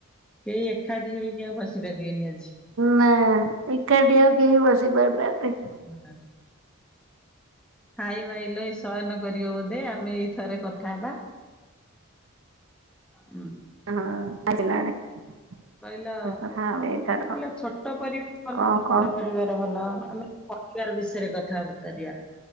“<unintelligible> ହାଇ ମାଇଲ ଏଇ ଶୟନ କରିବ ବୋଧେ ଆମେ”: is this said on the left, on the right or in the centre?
Centre